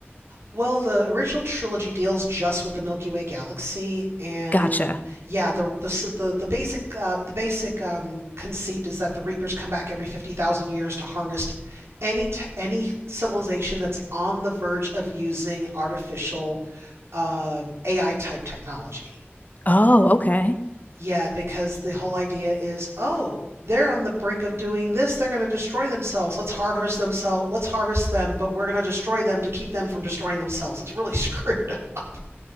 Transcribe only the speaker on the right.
Well, the original trilogy deals just with the Milky Way galaxy, and
yeah, the the s- the, the basic uh, the basic um, conceit is that the Reapers come back every fifty thousand years to harness any t- any civilization that's on the verge of using artificial uh, AI type technology.
Yeah, because the whole idea is, oh, they're on the brink of doing this. They're going to destroy themselves. Let's harvest themselves. Let's harvest them, but we're going to destroy them to keep them from destroying themselves. It's really screwed up.